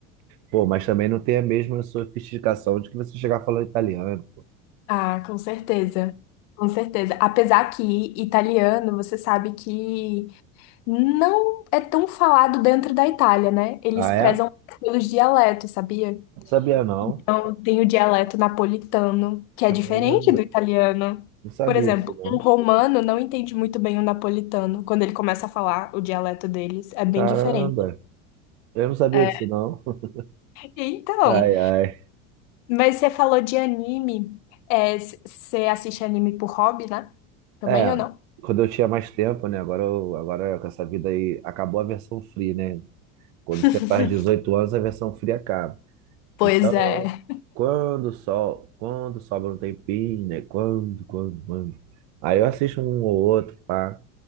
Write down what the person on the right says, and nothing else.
Pô, mas também não tem a mesma sofisticação de que você chegar falando italiano.
Ah,
é?
Não sabia não.
Caramba,
não sabia
disso não.
Caramba,
eu não sabia
disso não. <laughs>
Ai, ai.
É,
quando eu tinha mais tempo, né? Agora, eu, agora com essa vida aí, acabou a versão free, né? Quando
você faz 18 anos, a versão fria acaba.
Então,
quando só, quando sobra um tempinho, né? Quando, quando, quando. Aí eu assisto um ou outro, pá.